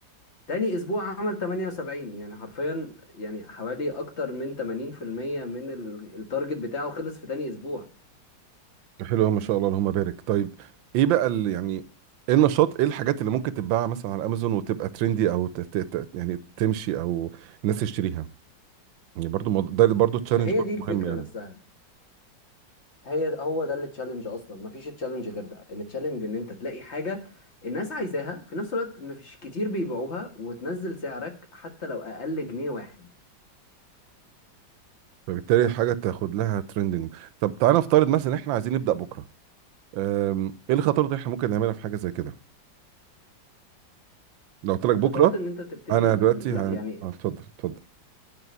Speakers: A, on the left (about 35°); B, on the right (about 85°).
A: تاني اسبوع عمل 78 يعني حرفيا يعني حوالي اكتر من 80% من ال- التارجت بتاعه خلص في تاني اسبوع
B: حلو ما شاء الله اللهم بارك طيب ايه بقى اللي يعني ايه النشاط ايه الحاجات اللي ممكن تتباع مثلا على امازون وتبقى ترندي او ت... ت... ت... يعني تمشي او الناس تشتريها يعني برضو مو... ده برضو تشالنج
A: ما هي
B: برضو
A: دي الفكرة
B: مهم يعني
A: نفسها هي هو ده التشالنج اصلا ما فيش تشالنج غير ده التشالنج ان انت تلاقي حاجة الناس عايزاها في نفس الوقت ما فيش كتير بيبيعوها وتنزل سعرك حتى لو اقل جنيه واحد
B: فبالتالي حاجه تاخد لها ترندنج طب تعالى نفترض مثلا احنا عايزين نبدا بكره أم، ايه الخطوات اللي احنا ممكن نعملها في حاجه زي كده لو قلت لك
A: الخطوات
B: بكره
A: ان انت تبتدي
B: انا دلوقتي
A: لا
B: هن...
A: يعني
B: اه اتفضل اتفضل